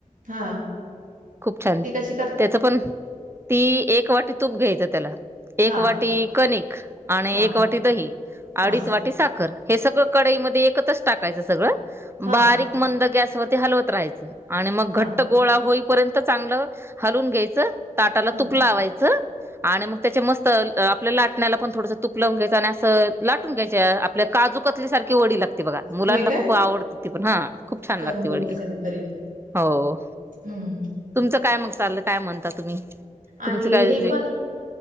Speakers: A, on the right; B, on the right.
A: हा
B: खूप छान
A: ती कशी कर
B: त्याच पण ती एक वाटी तूप घ्यायचं त्याला एक
A: हा
B: वाटी कणिक आणि
A: हा
B: एक वाटी दही
A: हा
B: अडीच वाटी साखर हे सगळ कडईमध्ये एकत्र टाकायच सगळ
A: हा
B: बारीक मंद गॅसवर हलवत राहायचं आणि मग
A: हा
B: घट्ट गोळा होईपर्यंत चांगलं हलून घ्यायच ताटाला
A: हा
B: तुप लावायच. आणि मग त्याच्या मस्त आपल्या लाटण्याला पण थोडंसं तुप लावून घ्यायचं आणि असं लाटून घ्यायचे. आपल्या काजू कतलीसारखी वडी लागते बघा मुलांना
A: होय काय
B: खूप आवडत ती पण हा खूप छान
A: करून
B: लागते
A: बघते
B: वडी.
A: कधीतरी
B: हो
A: हम्म
B: तुमचं काय मग चाललं काय म्हणता तुम्ही?
A: आणि
B: तुमचं काय
A: हे पण